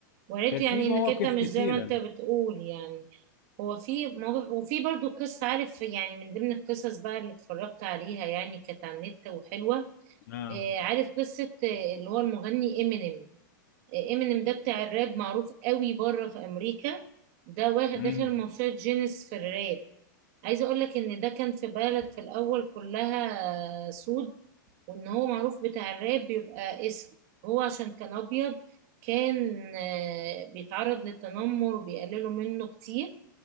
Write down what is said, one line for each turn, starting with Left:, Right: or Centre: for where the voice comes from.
Right: وريته
Left: ففي
Right: يعني
Left: مواقف
Right: انك انت مش
Left: كتيرة
Right: زي ما انت بتقول يعني هو في موقف وفي برضو قصة عارف يعني من ضمن القصص بقى اللي اتفرجت عليها يعني كانت على النت وحلوة
Left: اه
Right: آه، عارف قصة آه، اللي هو المغني امينيم امينيم ده بتاع الراب معروف قوي بره في امريكا ده واخد
Left: امم
Right: داخل موسوعة جينيس في الراب عايزة اقول لك ان ده كان في بلد في الاول كلها آه، سود وان هو معروف بتاع الراب بيبقى اسود هو عشان كان ابيض كان آه، بيتعرض للتنمر وبيقللوا منه كتير